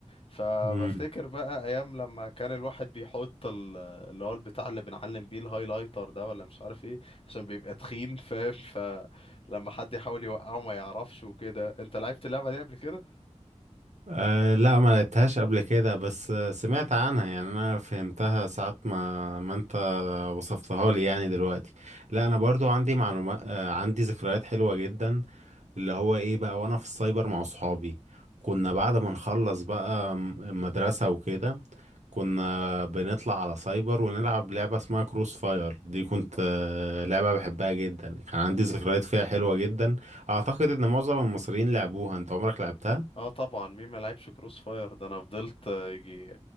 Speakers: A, on the left; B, on the right.
A: فبفتكر
B: مم.
A: بقى أيام لما كان الواحد بيحط ال- اللي هو البتاع اللي بنعلم بيه الهايلايتر ده ولا مش عارف ايه عشان بيبقى تخين فاهم فلما حد يحاول يوقعه ما يعرفش وكده انت لعبت اللعبة دي قبل كده؟
B: أه لا ما لعبتهاش قبل كده بس آه، سمعت عنها يعني انا فهمتها ساعة ما ما انت وصفتها لي يعني دلوقتي لا انا برضو عندي معلومات آه، عندي ذكريات حلوة جدا اللي هو ايه بقى وانا في السايبر مع صحابي كنا بعد ما نخلص بقى م- مدرسة وكده كنا بنطلع على سايبر ونلعب لعبة اسمها كروس فاير دي كنت آه، لعبة بحبها جدا كان عندي ذكريات فيها حلوة جدا اعتقد ان معظم المصريين لعبوها انت عمرك لعبتها
A: اه طبعا مين ما لعبش كروس فاير ده انا فضلت آه، يجي